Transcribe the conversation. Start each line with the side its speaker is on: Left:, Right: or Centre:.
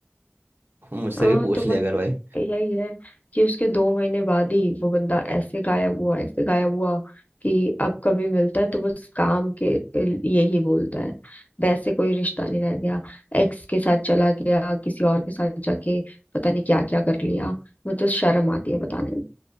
Right: <laughs> मुझसे
Left: हाँ
Right: भी पूछ
Left: तो
Right: लिया
Left: बस
Right: कर भाई
Left: यही है कि उसके दो महीने बाद ही वो बंदा ऐसे गायब हुआ ऐसे गायब हुआ कि अब कभी मिलता है तो बस काम के यही बोलता है वैसे कोई रिश्ता नहीं रह गया एक्स के साथ चला गया किसी और के साथ जाके पता नहीं क्या क्या कर लिया मुझे तो शर्म आती है बताने